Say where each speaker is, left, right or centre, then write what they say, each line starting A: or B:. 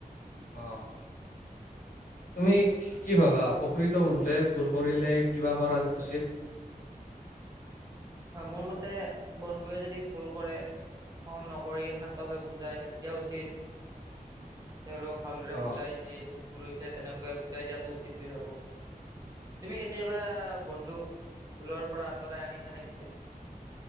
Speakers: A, on the left; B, on the right.
A: অ' তুমি কি ভাবা, প্ৰকৃত বন্ধুৱে ভুল কৰিলে কিবা কৰা উচিত? <inaudible>
B: হয়, মোৰ মতে বন্ধুৱে যদি ভুল কৰে খং নকৰি শান্তভাৱে বুজাই দিয়া উচিত।
A: <inaudible>
B: তেওঁলোকক ভালদৰে
A: অ',
B: বুজাই যে এইটো ভুল হৈছে তেনেকৈ বুজাই দিয়াটো উচিত বুলি ভাবো। তুমি কেতিয়াবা বন্ধুক ভুলৰ পৰা আঁতৰাই আনিছানে পিছে?